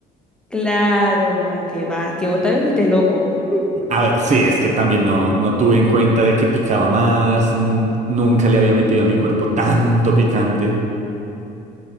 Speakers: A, in the centre; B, on the right (about 45°).
A: Claro, no, que va, que vos también fuiste loco. <laughs>
B: A ver, sí, es que también no, no tuve en cuenta de que picaba más. mm, Nunca le había metido a mi cuerpo tanto picante.